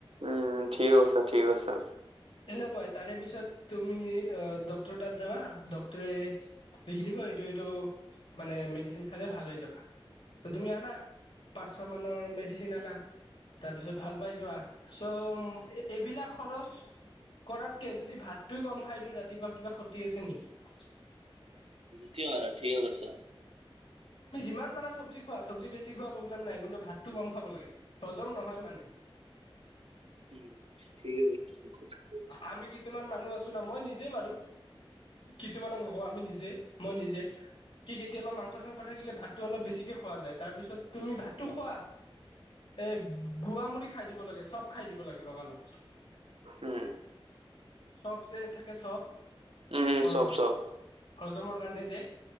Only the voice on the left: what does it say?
তেনেকুৱাই তাৰে পিছত তুমি অ, ডক্টৰ তাত যাবা ডক্টৰে লিখি দিব এইটো-এইটো মানে মেডিচিন খালে ভাল হৈ যাবা। ত তুমি আনা, পাঁচশ মানৰ মেডিচিন আনা। তাৰ পিছত ভাল পাই যোৱা, চ' এ এইবিলাক খৰচ কৰাতকে যদি ভাতটো কম খাই দিওঁ ৰাতিপুৱা কিবা খতি আছে নিকি?
তুমি যিমান পাৰা চবজি খোৱা, চবজি বেছি খোৱা প্ৰব্লেম নাই কিন্তু ভাতটো কম খাব লাগে, হজম নহয় মানে।
আমি কি কিছুমান মানুহ আছোঁ ন, মই নিজে মাৰু কিছুমানক নকওঁ আমি নিজে-মই নিজে। কি কেতিয়াবা মাংস চাংস থাকিলে ভাতটো অলপ বেছিকে খোৱা যায়। তাৰ পিছত তুমি ভাতটো খোৱা এ গোৱামুৰি খাই দিব লাগে। চপ খাই দিব লাগে লগালগ।
চপ যে থাকে চপ,
হজমৰ
কাৰণে যে?